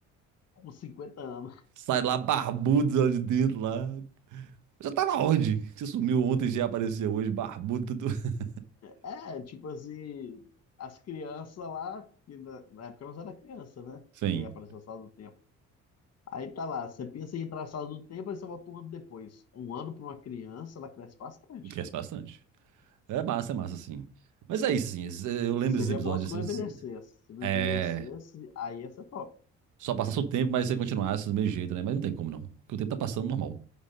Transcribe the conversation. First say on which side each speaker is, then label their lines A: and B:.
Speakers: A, on the left; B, on the right.
A: com 50 anos.
B: Sai lá barbudo lá de dentro lá. Eu Já tava onde? Você sumiu ontem, já apareceu hoje, barbudo, tudo. <laughs>
A: É, é, tipo assim, as crianças lá, que na, na época eu não era criança, né?
B: Sim,
A: Que apareceu a sala do tempo. Aí tá lá, você pensa em traçado do tempo, aí você volta um ano depois. Um ano para uma criança, ela cresce bastante.
B: cresce bastante. É massa, é massa, assim. Mas é isso, assim. es- Eu
A: Seria
B: lembro desses episódios,
A: bom se não
B: assim.
A: envelhecesse. Se não
B: É.
A: envelhecesse, aí ia ser top.
B: Só passasse o tempo, mas você continuasse do mesmo jeito, né? Mas não tem como não. Porque o tempo tá passando normal.